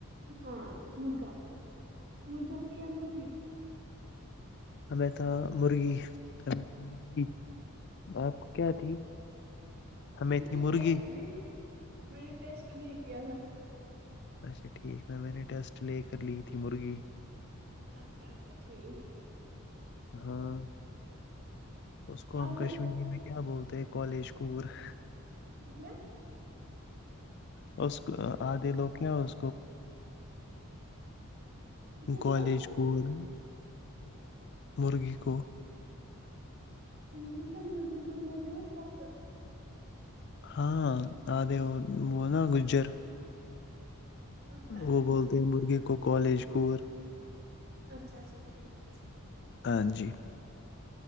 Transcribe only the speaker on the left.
امیتا مرغی ہم تھی مری آپ کیا تھی ہمیں
تھی
مرغی
<inaudible>
اچھا ٹھیک تھا میں نے ٹیسٹ لے کر لی تھی مرغی
ہاں <inaudible> اس کو
ہم
کشمیری میں <inaudible> کیا بولتے کالج کوور <inaudible>
<inaudible>
کالج
کوول مرغی کو
ہاں آدے وہ وہ نا گجر
وہ بولتے ہیں مرغے کو کالجکور
ہاں جی